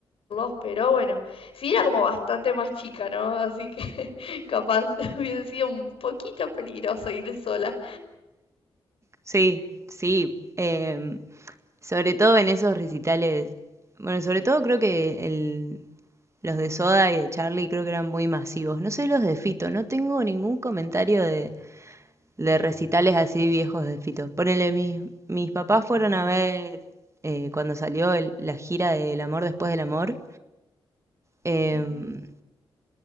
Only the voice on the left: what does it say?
dos, pero bueno, sí era como bastante más chica, ¿no? Así que <laughs> capaz <laughs> hubiese sido un poquito peligroso ir sola.
Ujú.